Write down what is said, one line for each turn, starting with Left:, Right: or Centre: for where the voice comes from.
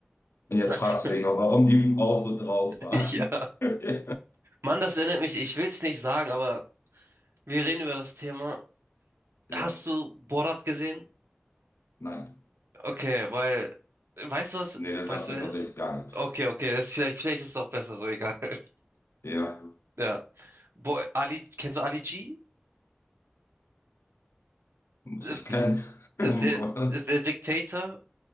Left: Und jetzt
Right: <laughs>
Left: fragst du dich noch, warum die Frau so drauf war.
Right: Ja.
Left: <laughs>
Right: Mann, das erinnert mich, ich will es nicht sagen, aber Wir reden über das Thema.
Left: Ja,
Right: Hast du Borat gesehen?
Left: nein.
Right: Okay, weil, weißt du was?
Left: Nee, der sagt
Right: Weißt du
Left: mir
Right: wer
Left: tatsächlich
Right: das ist?
Left: gar nichts.
Right: Okay, okay, das ist vielleicht, vielleicht ist es auch besser, so egal. <laughs>
Left: Ja,
Right: Ja. Bo Ali, kennst du Ali G?
Left: muss
Right: The,
Left: ich kennen. <laughs> Was?
Right: the, the Dictator?